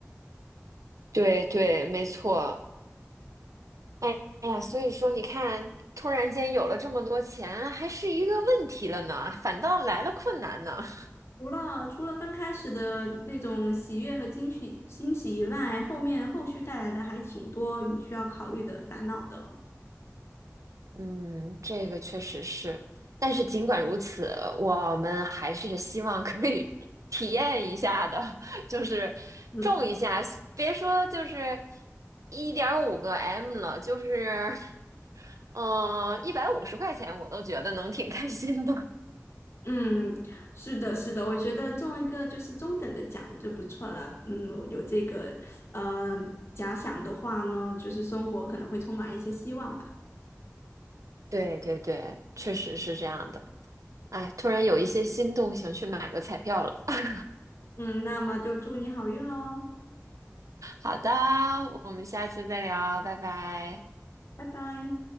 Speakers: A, on the right (about 80°); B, on the left (about 55°).
A: 对对，没错。哎哎呀，所以说你看，突然间有了这么多钱，还是一个问题了呢，反倒来了困难呢。<laughs>
B: 除了除了刚开始的那种喜悦和惊喜欣喜以外，后面后续带来的还挺多你需要考虑的烦恼的。
A: 嗯，这个确实是。但是尽管如此，我们还是希望可以 <laughs> 体验一下的，<laughs> 就是种一下，
B: 嗯
A: 别说就是一点五个 M 了，就是嗯一百五十块钱，我都觉得能挺开心的。<laughs>
B: 嗯，是的，是的，我觉得中一个就是中等的奖就不错了。嗯，有这个呃假想的话呢，就是生活可能会充满一些希望吧。
A: 对对对，确实是这样的。哎，突然有一些心动，想去买个彩票了。<laughs>
B: 嗯，那么就祝你好运喽，
A: 好的，我们下次再聊啊拜拜。
B: 拜拜。